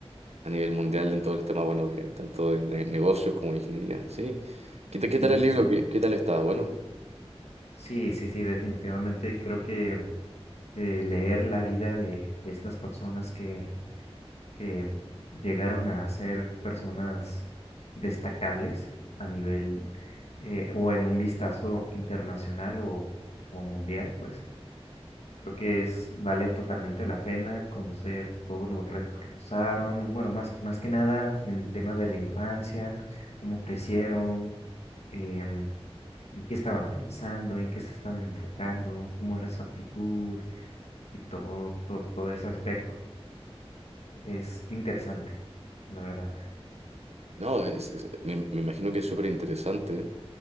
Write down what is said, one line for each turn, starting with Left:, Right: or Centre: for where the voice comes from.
Right: a nivel mundial en todo el tema, bueno, de tanto de, de negocios como de ingeniería. Sí. ¿Qué, ta-
Left: Sí,
Right: qué tal el
Left: sí,
Right: libro?
Left: sí.
Right: ¿Qué, qué tal está? Bueno,
Left: Sí, sí, sí, definitivamente creo que eh, leer la vida de de estas personas que que llegaron a ser personas destacables a nivel eh, o en un vistazo internacional o, o mundial, pues. Creo que es, vale totalmente la pena conocer todos los retos que pasaron, bueno, más, más que nada en el tema de la infancia, cómo crecieron, em, en qué estaban pensando, en qué se estaban enfocando, cómo era su actitud y todo, todo, todo ese aspecto. Es interesante, la verdad.
Right: no, es- es- me, me imagino que es súper interesante.